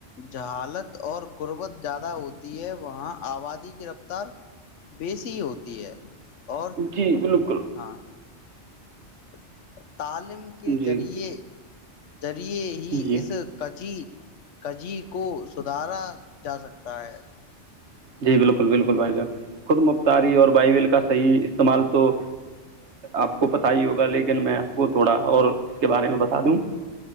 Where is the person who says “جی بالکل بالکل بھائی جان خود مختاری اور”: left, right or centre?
Right